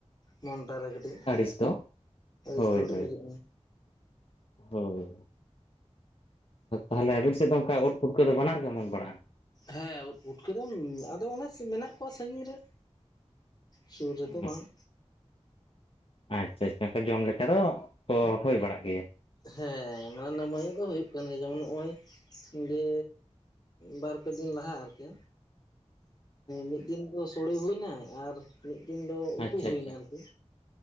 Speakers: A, on the left; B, on the left.
A: ᱢᱚᱱᱴᱟᱨᱮ ᱠᱟᱹᱴᱤᱡ
B: ᱟᱹᱲᱤᱥ ᱫᱚ
A: ᱨᱥᱠᱟᱹ
B: ᱦᱳᱭ
A: ᱠᱟᱹᱴᱤᱡ
B: ᱦᱳᱭ
A: ᱵᱩᱡᱷᱟᱹᱜ ᱜᱮ
B: ᱦᱳᱭ ᱛᱟᱦᱚᱞᱮ ᱟᱵᱤᱱ ᱥᱮᱫ ᱫᱚ ᱚᱱᱠᱟ ᱩᱫ ᱯᱩᱴᱠᱟᱹ ᱫᱚ ᱵᱟᱱᱟᱨ ᱜᱮ ᱚᱢᱚᱱ ᱵᱟᱲᱟᱜᱼᱟ
A: ᱦᱮᱸ ᱯᱩᱴᱠᱟᱹ ᱫᱚ ᱟᱫᱚ ᱚᱱᱮ ᱢᱮᱱᱟᱜ ᱠᱚᱣᱟ ᱥᱟᱹᱜᱤᱧ ᱨᱮ ᱥᱩᱨ ᱨᱮᱫᱚ
B: ᱚ,
A: ᱵᱟᱝ
B: ᱟᱪᱪᱷᱟ ᱟᱪᱪᱷᱟ ᱚᱱᱠᱟ ᱡᱚᱢ ᱞᱮᱠᱟ ᱫᱚ ᱛᱚ ᱦᱩᱭ ᱵᱟᱲᱟᱜ ᱜᱮᱭᱟ᱾
A: ᱦᱮᱸ ᱢᱟᱱᱮ ᱱᱟᱢᱟᱭᱮ ᱫᱚ ᱦᱩᱭᱩᱜ ᱠᱟᱱ ᱜᱮᱭᱟ ᱡᱮᱢᱚᱱ ᱱᱚᱜᱼᱚᱭ ᱡᱮ ᱵᱟᱨ ᱯᱮ ᱫᱤᱱ ᱞᱟᱦᱟᱜ ᱟᱨ ᱠᱤ᱾
B: <inaudible>
A: ᱢᱤᱫ ᱫᱤᱱ ᱫᱚ ᱥᱳᱲᱮ ᱦᱩᱭᱱᱟ ᱟᱨ ᱢᱤᱫ ᱫᱤᱱ ᱫᱚ
B: ᱟᱪᱪᱷᱟ
A: ᱩᱛᱩ ᱦᱩᱭᱱᱟ
B: ᱟᱪᱪᱷᱟ
A: ᱟᱨᱠᱤ᱾